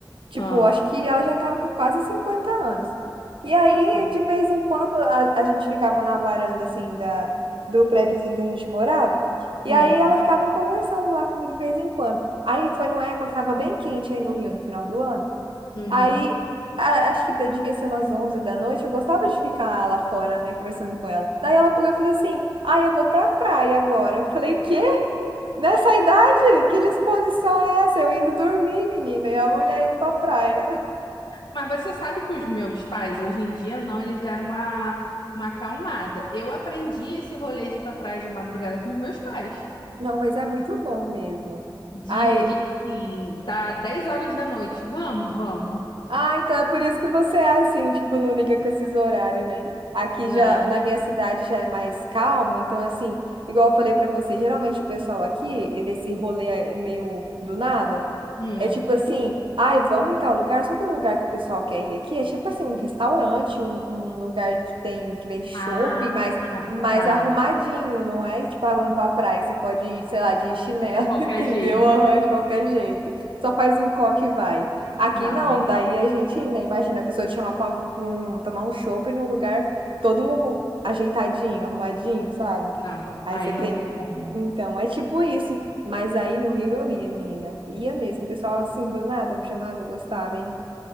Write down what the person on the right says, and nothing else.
Tipo,
acho que ela já tava com quase 50 anos. E aí,
de vez em quando, a, a gente ficava na varanda, assim, da, do prédiozinho que a gente morava. E
aí ela ficava conversando lá comigo de vez em quando. Aí foi numa época que tava bem quente aí no Rio, no final do ano.
Aí, a- acho que da- devia ser umas 11 da noite, eu gostava de ficar lá fora, né, conversando com ela. Daí ela pegou e falou assim: Ah, eu vou pra praia agora. Eu falei: Quê? Nessa idade? Que disposição é essa? Eu indo dormir, menina, e a mulher indo pra praia.
Não, mas é muito bom mesmo.
Ai.
Ah, então é por isso que você é assim, tipo, não liga com esses horários, né? Aqui
já, na minha cidade já é mais calmo, então assim, igual eu falei pra você, geralmente o pessoal aqui, desse rolê é meio do nada,
É tipo assim, ai, vamos em tal lugar. Só que o lugar que o pessoal quer ir aqui é tipo assim, um restaurante, um, um lugar que tem que vende chopp,
mas mais
arrumadinho, não é? Tipo, falando pra praia, que você pode ir, sei lá, de chinelo,
<laughs> entendeu?
Aham, de qualquer jeito. Só faz um coque e vai. Aqui
não,
daí a gente, né, imagina a pessoa te chamar pra, pra um- tomar um chopp num lugar todo ajeitadinho, arrumadinho, sabe?
Aí
você tem.
Então, é tipo isso. Mas aí no Rio eu ia, menina. Ia mesmo. O pessoal assim, do nada me chamava, eu gostava, hein?